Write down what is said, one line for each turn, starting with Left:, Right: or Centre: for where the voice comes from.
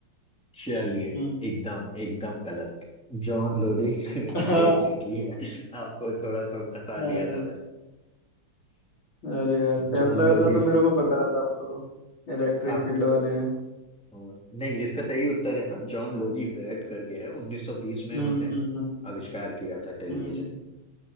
Centre: चलिए
Left: हम्म
Centre: एकदम एकदम गलत जॉन लोडिक <laughs>
Left: <laughs>
Centre: ब्रेड ने की है आपको थोड़ा सा फंसा दिया
Left: अरे
Centre: था
Left: अरे यार टेस्ला
Centre: John
Left: वेस्ला
Centre: Logie
Left: तो मेरे को पता था वो तो इलेक्ट्रिक
Centre: आप
Left: फील्ड वाले हैं
Centre: हाँ, नहीं इसका सही उत्तर है ना जॉन लोगी बेट करके है 1920 में
Left: हम्म
Centre: इन्होंने
Left: हम्म हम्म
Centre: आविष्कार किया था टेलीविजन
Left: हम्म।